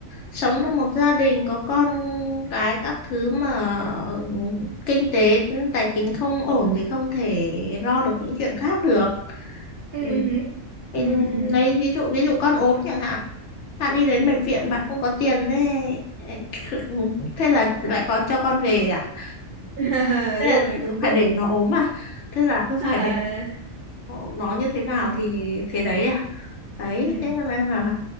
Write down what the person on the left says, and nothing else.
sống trong một gia đình có con cái các thứ mà kinh tế tài chính không ổn thì không thể lo được những chuyện khác được
Ừ.
mình
lấy ví dụ ví dụ con ốm chẳng hạn bạn đi đến bệnh viện
bạn không có tiền thế <laughs> thế là lại có cho con về à
thế
là
phải
để nó ốm à thế là cứ
phải để nó nó như thế nào
thì thế đấy à Đấy,
thế nên là